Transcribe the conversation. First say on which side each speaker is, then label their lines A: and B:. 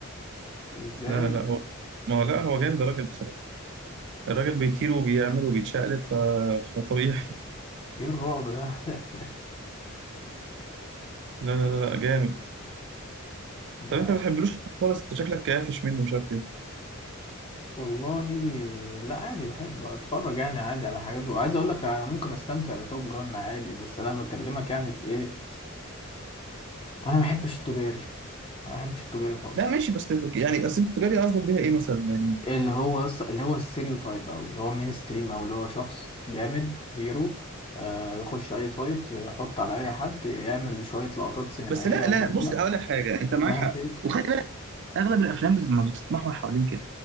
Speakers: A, on the left (about 25°); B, on the right (about 55°).
A: ازاي
B: لا لا لا هو ما هو لا هو جامد الراجل بصراحة الراجل بيطير وبيعمل وبيتشقلب ف... فطبيعي
A: ايه الرعب ده <laughs>
B: لا لا لا لا جامد
A: ده
B: طب أنت ما بتحبلوش خالص أنت شكلك كافش منه مش عارف
A: والله لا عادي بحب اتفرج يعني عادي على حاجات وعايز اقول لك انا ممكن استمتع بتوب جان عادي بس انا بكلمك يعني في ايه انا ما بحبش التجاري ما بحبش التجاري خالص
B: لا ماشي بس تف- يعني اصل التجاري قصدك بيها ايه مثلا يعني
A: اللي هو أص- اللي هو الستيريو تايب أوي اللي هو مين ستريم أو اللي هو شخص جامد هيرو آه يخش أي فايت يحط على أي حد يعمل شوية لقطات سينمائية
B: بس لا لا
A: جميلة
B: بص اقول لك حاجه انت
A: كلها
B: معاك حق
A: فيك
B: وخلي بالك اغلب الافلام بت- ما بتتمحور حوالين كده